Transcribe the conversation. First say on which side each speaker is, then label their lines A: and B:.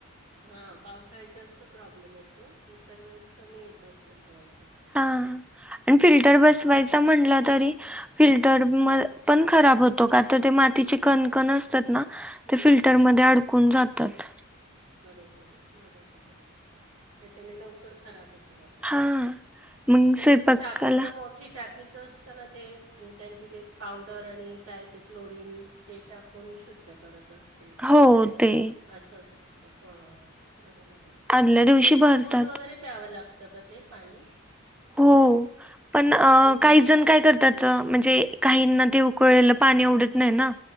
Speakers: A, on the right; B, in the centre.
A: हां पावसाळ्यात जास्त प्रॉब्लेम येतो, इतर वेळेस कमी येत असेल पासून
B: हा आणि फिल्टर बसवायचा म्हटला तरी फिल्टर पण खराब होतो, का तर ते मातीचे कणकण असतात ना
A: हो,
B: ते फिल्टर मध्ये
A: खूप.
B: अडकून जातात.
A: बरोबर आहे बरोबर आहे. त्याच्याने लवकर खराब होतो मघ
B: हा मग
A: ते
B: स्वयंपाकाला
A: टाकीच मोठी टाकीचं असताना ते त्यांची ते पावडर आणि काय ते क्लोरीन ते टाकून शुद्ध करत असतील ते
B: हो
A: असं,
B: ते
A: अस असल तिथ ह बरोबर
B: आदल्या दिवशी
A: जरी
B: भरतात
A: उकळून वगैरे प्यावं लागतं का ते पाणी?
B: हो पण
A: उकळून
B: काही
A: प्यावं
B: जण काय
A: लागत
B: करतात
A: असेल
B: म्हणजे काहीना ते उकळलेलं पाणी आवडत नाही ना